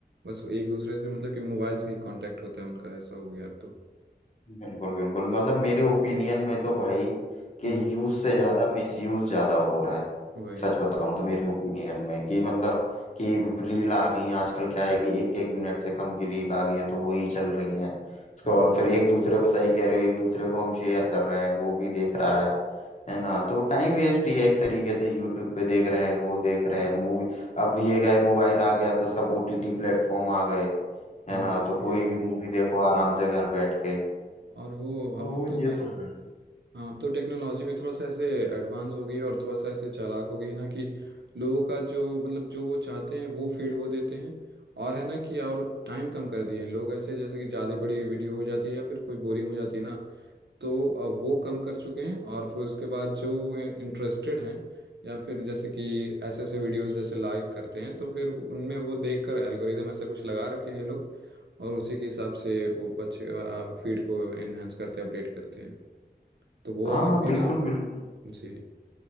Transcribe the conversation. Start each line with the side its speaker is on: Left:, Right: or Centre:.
Right: बस वो एक दूसरे से मतलब कि मोबाइल से ही कांटेक्ट होता है उनका ऐसा हो गया अब तो
Left: बिल्कुल बिल्कुल मतलब मेरे ओपिनियन में तो भाई कि
Right: हम्म
Left: यूज से ज्यादा मिसयूज ज्यादा हो रहा है
Right: वही
Left: सच बताऊं तो मेरे ओपिनियन में कि मतलब कि रील आ गई हैं आजकल क्या है कि एक एक मिनट से कम की रील आ गई हैं तो वही चल रही हैं स्क्रॉल
Right: हाँ
Left: फिर एक दूसरे को सही कह रहे हो एक दूसरे को हम शेयर कर रहे हैं वो भी देख रहा है है ना तो टाइम वेस्ट ही है एक तरीके से यूट्यूब पे देख रहे हैं वो देख रहे हैं मूवी अब ये गए मोबाइल आ गया तो सब ओटीटी प्लेटफॉर्म आ गए
Right: हाँ,
Left: है ना
Right: वो
Left: तो
Right: भी
Left: कोई
Right: है
Left: भी मूवी देखो आराम से घर बैठ के
Right: और वो
Left: तो
Right: अब तो भाई
Left: ये तो है
Right: हाँ अब तो टेक्नोलॉजी भी थोड़ा सा ऐसे एडवांस हो गई है और थोड़ा सा ऐसे चालाक हो गई है ना कि लोगों का जो मतलब जो वो चाहते हैं वो फीड वो देते हैं और है ना कि और टाइम कम कर दिए हैं लोग ऐसे जैसे कि ज़्यादा बड़ी वीडियो हो जाती है या फिर कोई बोरिंग हो जाती है ना तो अ, वो कम कर चुके हैं और फिर उसके बाद जो इंटरेस्टेड हैं या फिर जैसे कि ऐसे ऐसे वीडियोस जैसे लाइक करते हैं तो फिर वो- उनमें वो देखकर एल्गोरिदम ऐसा कुछ लगा रखे हैं ये लोग और उसी के हिसाब से वो बच्चे फीड को एनहेंस करते हैं अपडेट करते हैं तो वो
Left: हाँ
Right: और
Left: हाँ
Right: भी
Left: बिल्कुल
Right: ना
Left: बिल्कुल
Right: जी